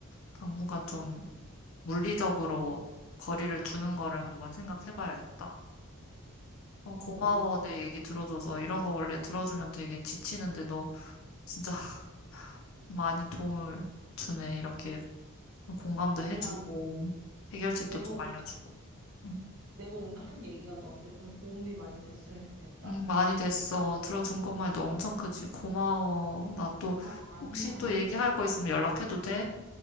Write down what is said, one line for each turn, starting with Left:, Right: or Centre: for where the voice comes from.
Left: 당분간 좀 물리적으로 거리를 두는 거를 한번 생각해봐야겠다. 어,
Right: 아,
Left: 고마워.
Right: 오,
Left: 내 얘기 들어줘서. 이런 거 원래 들어주면 되게 지치는데 너 진짜 <laughs> 많이 도움을 주네. 이렇게 공감도
Right: 아니야.
Left: 해주고, 해결책도
Right: 내가,
Left: 좀
Right: 오-
Left: 알려주고. 응,
Right: 내가 오늘 한 얘기가 너한테 좀 도움이 많이 됐으면 좋겠다.
Left: 응, 많이 됐어. 들어준 것만 해도 엄청 크지. 고마워. 나 또
Right: 아, 아니야.
Left: 혹시 또 얘기할 거 있으면 연락해도 돼?